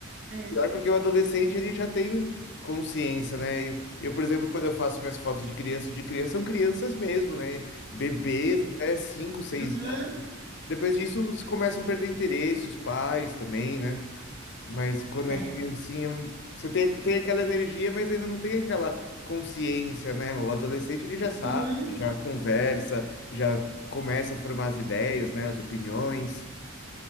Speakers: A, on the right; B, on the left.
A: É.
B: pior porque o adolescente ele já tem consciência, né? Eu, eu, por exemplo, quando eu faço minhas fotos de criança, de criança são crianças mesmo, né? Bebês até cinco, seis.
A: Aham.
B: anos. Depois disso, eles começam a perder interesse, os pais também, né? Mas quando
A: É.
B: é criancinha, você tem, tem aquela energia, mas ainda não tem aquela consciência, né? O adolescente ele já sabe,
A: Uhum.
B: já conversa, já começa a formar as ideias, né? As opiniões.